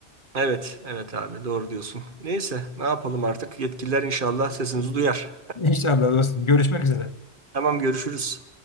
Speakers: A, on the right (about 45°); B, on the left (about 25°).
A: Evet. Evet abi. Doğru diyorsun. Neyse. Ne yapalım artık? Yetkililer inşallah sesimizi duyar.
B: İnşallah dostum. Görüşmek üzere.
A: <laughs> Tamam görüşürüz.